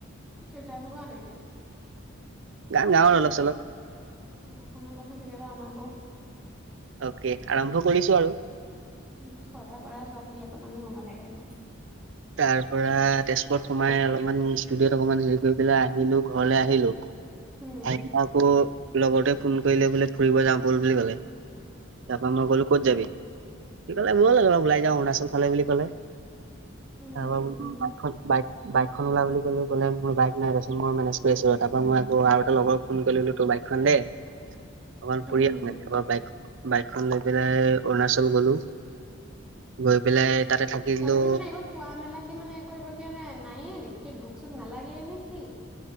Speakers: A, in the centre; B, on the right (about 60°).
A: তই গান গোৱা নেকি
B: গান গাওঁৱ অলপ চলপ
A: অ শুনাবচোন কেতিয়াবা আমাকো
B: অকে আৰম্ভ কৰিছো আৰু
A: উম কৰা কৰা চব ফালে মানুহ হ'ব লাগে হনো
B: তাৰ পৰা তেজপুৰত সোমাই অলপমান ষ্টুডিঅত অকমান হেৰি কৰি পেলাই আহিলো ঘৰলে আহিলো তাৰিপইছ
A: উম,
B: আকো লগতে ফোন কৰিলে বোলে ফুৰিব যাওঁ বল বুলি কলে তাৰ পৰাা মই কলো ক'ত যাবি কি কলে বয় লাগে অ ওলাই যাওঁ অৰুণাচল ফালে বুলি কলে
A: উম,
B: তাৰপ বাই বাইক বাইকখন ওলা বুলি কলো কলে মোৰ বাইক নাই তাৰপিছত মই মেনেজ কৰি আছো তাৰ পৰা মই আৌ আৰু এটা লগৰ ফোন কৰিলো ত বাইকখন দে অকমান
A: উম।
B: ফুৰি আন আৰ বাইক বাইকখন লৈ পেলাই অৰুণাচল গলো গৈ পেলাই তাতে থাকিলো
A: কি মানে একো খোৱা মেলা কি মানে একো এইবোৰ কি মানে নাই এ নেকি ভোক চোক নালাগে নে কি